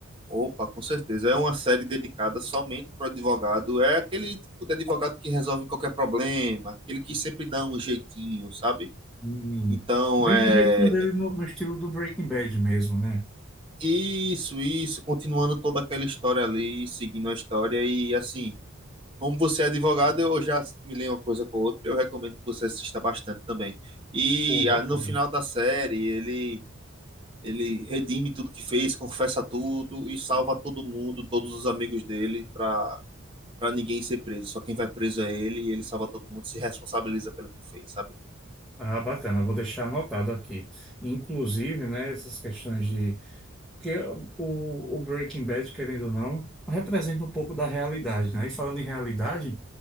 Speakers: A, on the right; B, in the centre.
A: Opa, com certeza. É uma série dedicada somente para advogado. É aquele tipo de advogado que resolve qualquer problema, aquele que sempre dá um jeitinho, sabe?
B: Hum.
A: Então,
B: Bem
A: é.
B: do jeitinho dele no, no estilo do Breaking Bad mesmo, né?
A: Isso, isso. Continuando toda aquela história ali, seguindo a história. E assim, Como você é advogado, eu já assimilei uma coisa com a outra. Eu recomendo que você assista bastante também. E
B: Pô, bacana.
A: ah, no final da série, ele ele redime tudo que fez, confessa tudo e salva todo mundo, todos os amigos dele, para para ninguém ser preso. Só quem vai preso é ele e ele salva todo mundo, se responsabiliza pelo que fez, sabe?
B: Ah, bacana, vou deixar anotado aqui. Inclusive, né, essas questões de. Porque o, o Breaking Bad, querendo ou não, representa um pouco da realidade, né? E falando em realidade.